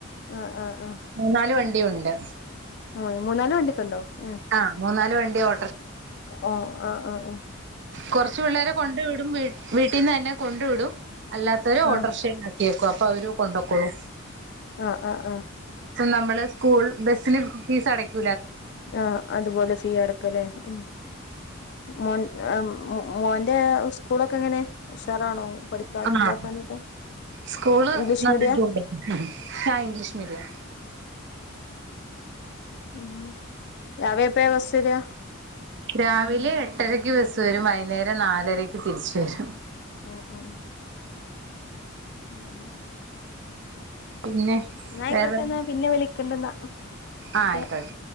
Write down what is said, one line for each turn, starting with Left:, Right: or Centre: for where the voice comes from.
Left: ആഹ് ആഹ് ആഹ്
Right: മൂന്നാല് വണ്ടിയുണ്ട്
Left: ഉം മൂന്നാല് വണ്ടിയൊക്കെ ഉണ്ടോ ഉം
Right: ആ മൂന്നാല് വണ്ടി ഓ
Left: ആഹ് ആഹ് അ അ
Right: കൊർച്ചു വിള്ളേരെ കൊണ്ടുവിടു <unintelligible> വീട്ടീന്നെന്നെ കൊണ്ടുവിടു അല്ലാത്തോര് ഓട്രഷേകാ
Left: ആഹ്
Right: കേക്കു അപ്പവരു കൊണ്ടക്കോളൂ
Left: ആ ആ ആ
Right: നമ്മള് സ്കൂൾ ബസിന് ഫീസ് അടക്ക
Left: ആ അതുപോലെ ഫീ അടക്കലേ ഉം മോ മോന്റെ സ്കൂളൊക്കെ എങ്ങനെ ഉഷാറാണോ പഠിക്കാനും
Right: ആഹ്
Left: ഇതാക്കാനൊക്കെ
Right: സ്കൂള്
Left: ഇംഗ്ലീഷ്
Right: നന്ന്
Left: മീഡിയ
Right: പോവ്ണ്ട് ഷാഇംഗ്ലീഷ് മീഡിയാ
Left: ഉം രാവിലെ എപ്പഴാ ബസ്സരാ
Right: രാവിലെ എട്ടരക്ക് ബസ് വരും വൈകുന്നേരം നാലരക്ക് തിരിച്ച്വരും
Left: ഉം ഉം ഉം
Right: പിന്നെ
Left: എന്നായിക്കോട്ടെ
Right: വേറെ
Left: എന്നാ പിന്നെ വിളിക്കണ്ടെന്നാ ഓക്കെ
Right: ആഹ് ആയിക്കോയി